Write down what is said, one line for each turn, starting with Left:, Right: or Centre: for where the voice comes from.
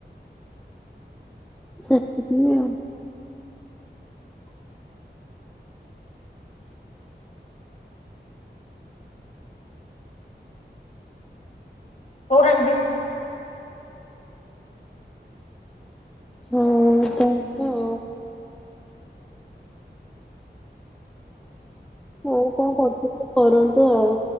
Centre: ସେଥିପାଇଁ ଆଉ।
Left: ହଉ ଡାକି ଦିଅ।
Centre: ହଉ ତା ହେଲେ ଆଉ। ହଉ କଣ କରୁଛନ୍ତି କରନ୍ତୁ ଆଉ।